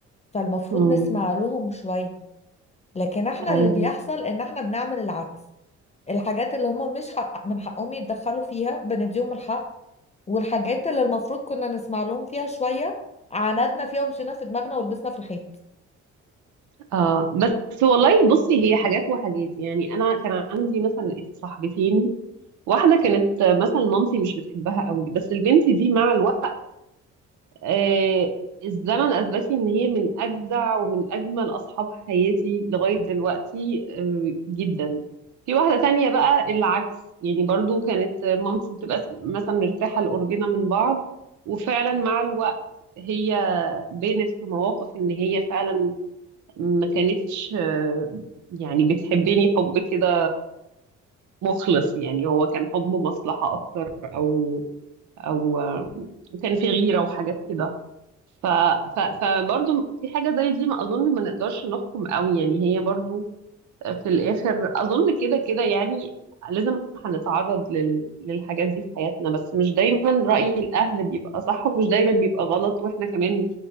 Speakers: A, on the left; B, on the right.
A: فالمفروض
B: امم
A: نسمع لهم شوية لكن احنا
B: ايوه
A: اللي بيحصل ان احنا بنعمل العكس الحاجات اللي هم مش حق من حقهم يتدخلوا فيها بنديهم الحق والحاجات اللي المفروض كنا نسمع لهم فيها شوية عاندنا فيها ومشينا في دماغنا ولبسنا في الحيط
B: اه بس والله بصي هي حاجات وحاجات يعني انا كان عندي مثلا صاحبتين واحده كانت مثلا مامتي مش بتحبها قوي بس البنت دي مع الوقت آه الزمن اثبت لي ان هي من اجدع ومن اجمل اصحاب حياتي لغايه دلوقتي آه جدا في واحده تانية بقى العكس يعني برضو كانت مامتي بتبقى مثلا مرتاحه لقربنا من بعض وفعلا مع الوقت هي بانت في مواقف ان هي فعلا ما كانتش آه، يعني بتحبني حب كده مخلص يعني هو كان حب مصلحة أكتر أو أو آه، كان في غيرة وحاجات كده ف ف فبرضه في حاجة زي دي ما أظن ما نقدرش نحكم قوي يعني هي برضه في الآخر أظن كده كده يعني لازم هنتعرض لل... للحاجات دي في حياتنا بس مش دايما رأي الأهل بيبقى صح ومش دايما بيبقى غلط وإحنا كمان